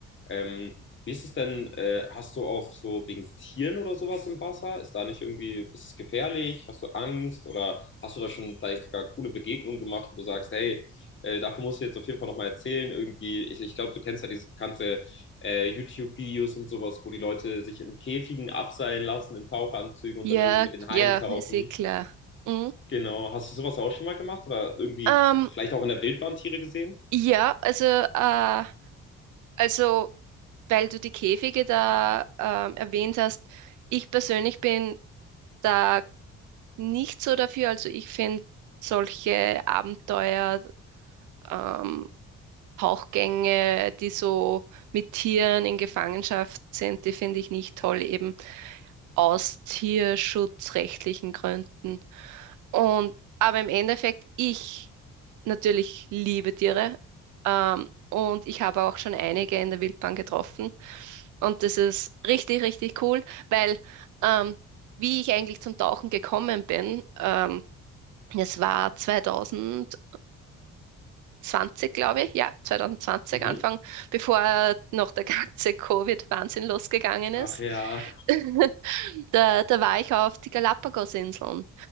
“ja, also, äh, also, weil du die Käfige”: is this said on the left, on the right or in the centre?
Right